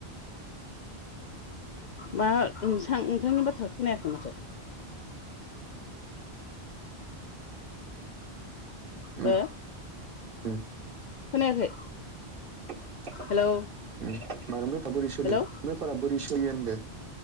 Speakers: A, on the left; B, on the right.
A: मा नोंथां नोंथांनि बाथ्राखो खोनायाखै माथो।
B: उम
A: हो
B: उम
A: खोनायाखै
B: ओ
A: हेलौ
B: माइरं बेफार बोरि सोलि
A: हेलौ
B: बेफारा बोरै सोलियो होनदो?